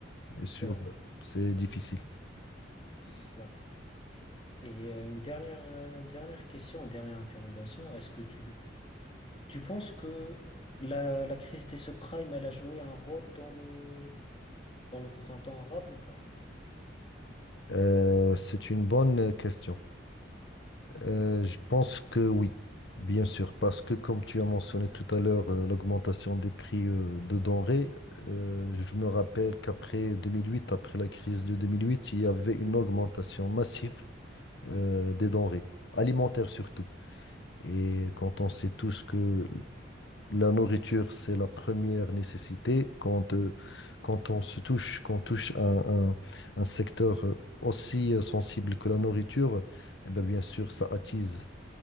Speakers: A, on the left (about 65°); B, on the left (about 30°).
A: Et sur,
B: c'est vrai.
A: c'est difficile.
B: C'est- Ouais. Et euh, une dernière, euh, dernière question, dernière interrogation. Est-ce que tu, tu penses que la, la crise des subprimes, elle a joué un rôle dans le, dans le printemps arabe ou pas?
A: Euh, c'est une bonne question. Euh, je pense que oui, bien sûr, parce que comme tu as mentionné tout à l'heure, euh, l'augmentation des prix euh, de denrées, euh, je me rappelle qu'après 2008, après la crise de 2008, il y avait une augmentation massive euh, des denrées, alimentaires surtout. Et quand on sait tous que la nourriture, c'est la première nécessité, quand, euh, quand on se touche, qu'on touche un, un, un secteur euh, aussi euh, sensible que la nourriture, eh ben, bien sûr, ça attise